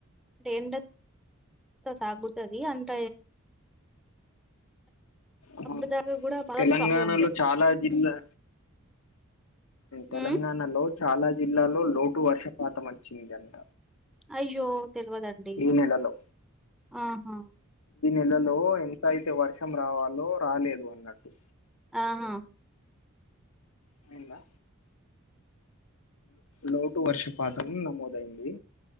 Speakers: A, in the centre; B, on the left.
A: ఎండ తాగుతది అంట
B: అవును.
A: అప్పుడు దాకా గూడా, బగా
B: తెలంగాణలో
A: స్ట్రాంగ్గా ఉండే
B: చాలా జిల్లా తెలంగాణలో
A: హ్మ్.
B: చాలా జిల్లాలో లోటు వర్షపాతం వచ్చింది. అంట
A: అయ్యో తెలివదండి.
B: ఈ నెలలో
A: ఆహా
B: ఇల్లలో, ఎంత అయితే వర్షం రావాలో, రాలేదు అన్నట్టు.
A: ఆహా!
B: నిన్నా లోటు వర్షపాతం నమోదయింది.